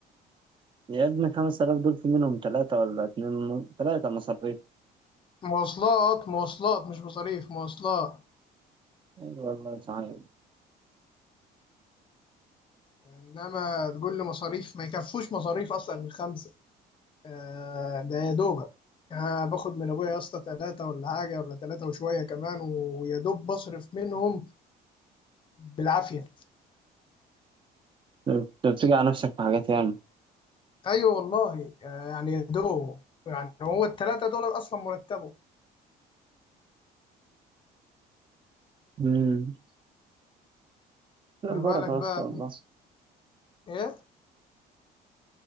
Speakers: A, on the right (about 30°); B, on the left (about 30°).
A: يا ابني 5000 دول في منهم ثلاثة ولا اتنين ثلاثة مصاريف
B: مواصلات مواصلات مش مصاريف مواصلات
A: أيوة والله صحيح
B: إنما تقول لي مصاريف ما يكفوش مصاريف أصلا من خمسة آه، ده يا دوبك آه، باخد من أبويا يا اسطى تلاتة ولا حاجة ولا تلاتة وشوية كمان ويا دوب بصرف منهم بالعافيه
A: أنت بتيجي على نفسك في حاجات يعني
B: ايوه والله آه، يعني يا دوب يعني هو الثلاثه دول اصلا مرتبه
A: مم. هي
B: ما
A: البركة
B: بالك بقى
A: يا اسطى والله
B: ايه